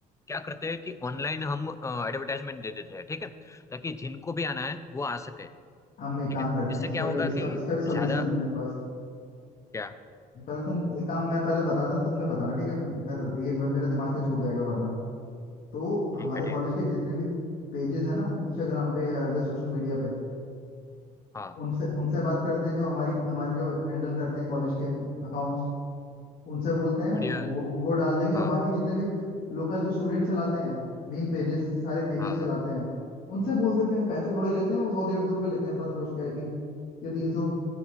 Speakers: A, on the left (about 15°); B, on the left (about 55°).
A: क्या करते हैं कि ऑनलाइन हम एडवर्टाइजमेंट दे देते हैं ठीक है ताकि जिनको भी आना है वो आ सके
B: हम एक
A: ठीक
B: काम
A: है
B: करते
A: इससे
B: हैं इसका
A: क्या होगा
B: भी इसका
A: कि
B: इसका भी सॉल्यूशन
A: ज्यादा
B: है मेरे पास
A: क्या
B: पहले तुम एक काम मैं पहले बता देता हूँ, फिर तुम्हें बताना ठीक है मेरा ये मे- मेरे दिमाग से छूट जाएगा वरना तो हमारे
A: ठीक है
B: कॉलेज
A: ठीक है
B: के जितने भी पेजेस हैं ना इंस्टाग्राम पे या हर जगह सोशल मीडिया पे
A: हाँ
B: उनसे उनसे बात करते हैं जो हमारी हमारी जो हैंडल करते हैं कॉलेज के अकाउंट्स उनसे बोलते हैं
A: बढ़िया
B: वो
A: है
B: वो डाल देंगे और
A: हाँ
B: बाकी जितने भी लोकल जो स्टूडेंट चलाते हैं मीम पेजेस सारे पेजेस
A: हाँ
B: चलाते
A: हाँ
B: हैं उनसे बोल देते हैं पैसे थोड़े लेते हैं वो सौ डेढ़ सौ रुपये लेते हैं पर पोस्ट के आई थिंक या तीन सौ